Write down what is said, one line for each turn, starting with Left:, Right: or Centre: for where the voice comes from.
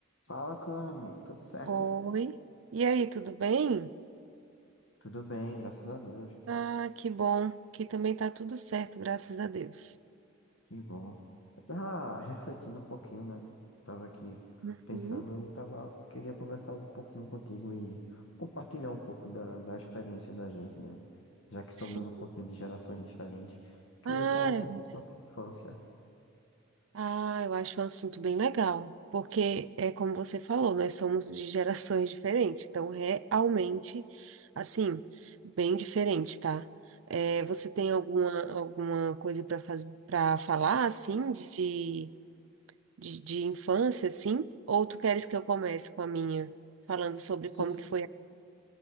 Left: Fala, Cami, tudo certo?
Right: Oi. E aí, tudo bem?
Left: Tudo bem, graças a Deus.
Right: Ah, que bom. Que também tá tudo certo, graças a Deus.
Left: Que bom. Eu tava refletindo um pouquinho, né? Tava aqui
Right: Uhum.
Left: pensando e tava, queria conversar um pouquinho contigo e compartilhar um pouco da, da experiência da gente, né? Já que somos
Right: Sim.
Left: um pouquinho de gerações diferentes. Queria
Right: Ah,
Left: falar um
Right: eu
Left: pouco sobre a infância.
Right: ah, eu acho um assunto bem legal, porque é como você falou, nós somos de gerações <laughs> diferentes, então realmente, assim, bem diferente, tá? É, você tem alguma, alguma coisa para faz... para falar, assim, de, de, de infância, assim? Ou tu queres que eu comece com a minha, falando sobre
Left: Você
Right: como que foi